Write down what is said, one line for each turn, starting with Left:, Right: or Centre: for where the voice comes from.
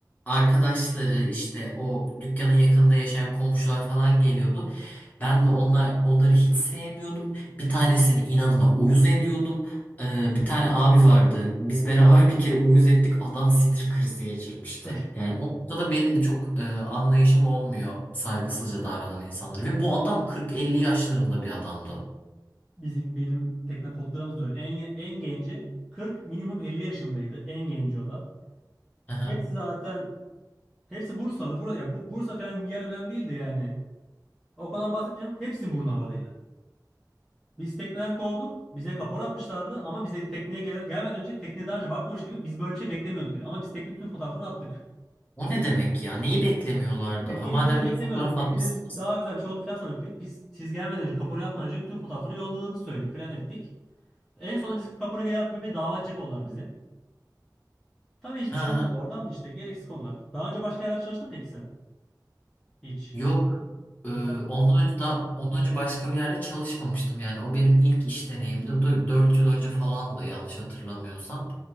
Left: arkadaşları işte o dükkanın yakınında yaşayan komşular falan geliyordu. Ben de onlar onları hiç sevmiyordum. Bir tanesini inadına uyuz ediyordum. Ee, bir tane abi vardı. Biz beraber bir kere uyuz ettik. Adam sinir krizi geçirmişti.
Centre: <laughs>
Left: Yani o noktada benim de çok e, anlayışım olmuyor saygısızca davranan insanlara. Ve bu adam 40-50 yaşlarında bir adamdı.
Centre: Bizim bizim tekne koltuklarımız da öyle. En, en genci 40 minimum 50 yaşındaydı. En genci o da.
Left: Aha.
Centre: Hepsi zaten hepsi Bursalı. Buraya ya bu, Bursa falan bir yer önemli değildi yani. O konudan bahsetmeyeceğim. Hepsinin burnu havadaydı. Biz tekneden kovulduk. Bize kapora atmışlardı ama bize tekneye gel- gelmeden önce tekneye daha önce bakmamış gibi biz böyle bir şey beklemiyorduk dedi. Ama biz tekne tüm fotoğraflarını attık.
Left: O ne demek ya? Neyi beklemiyorlardı?
Centre: Bekleyi
Left: Ha, madem
Centre: böyle
Left: bir
Centre: beklemiyorduk.
Left: de fotoğraf
Centre: Beklediğimiz
Left: atmışsınız.
Centre: daha güzel bir şey oldu falan sanıyorduk. dedik. Biz siz gelmeden önce kapora yapmadan önce tüm fotoğrafları yolladığımızı söyledik falan ettik. En sonunda biz kapora geri bir dava açacak oldular bize. Tabii hiçbir
Left: Ha,
Centre: şey olmadı. Oradan da işte gereksiz konular. Daha önce başka yerlerde çalıştın peki sen? Hiç.
Left: yok. Ee,
Centre: Mesela...
Left: ondan önce da ondan önce başka bir yerde çalışmamıştım yani. O benim ilk iş deneyimdi. O da 4 yıl önce falandı yanlış hatırlamıyorsam.